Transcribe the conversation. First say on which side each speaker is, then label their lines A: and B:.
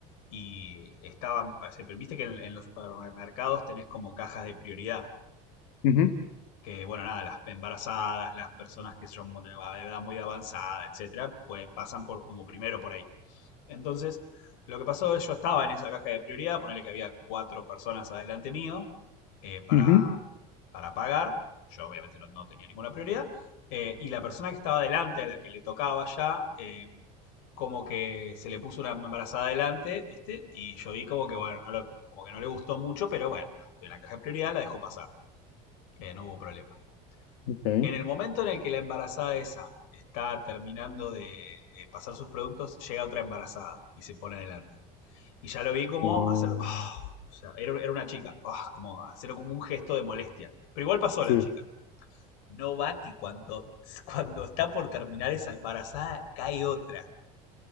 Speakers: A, on the left; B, on the left.
A: y estaban, o sea, viste que en, en los supermercados tenés como cajas de prioridad,
B: ujú, ujú,
A: que bueno, nada, las embarazadas, las personas que son de edad muy avanzada, etcétera, pues pasan por como primero por ahí. Entonces, lo que pasó es yo estaba en esa caja de prioridad, ponerle que había cuatro personas adelante mío eh, para,
B: ujú.
A: para pagar. Yo obviamente no, no tenía ninguna prioridad. Eh, y la persona que estaba adelante, a la que le tocaba ya, eh, como que se le puso una embarazada adelante, ¿viste? Y yo vi como que, bueno, no lo- como que no le gustó mucho, pero bueno, nada, estoy en la caja de prioridad, la dejó pasar. Eh, no hubo problema.
B: Ok.
A: En el momento en el que la embarazada esa está terminando de, de pasar sus productos, llega otra embarazada y se pone adelante. Y ya lo vi como
B: Oh,
A: hacerlo. "Ah", o sea, era, era una chica. "Ah", como hacerlo como un gesto de molestia. Pero igual pasó
B: sí.
A: la chica. No va que cuando, cuando está por terminar esa embarazada cae otra.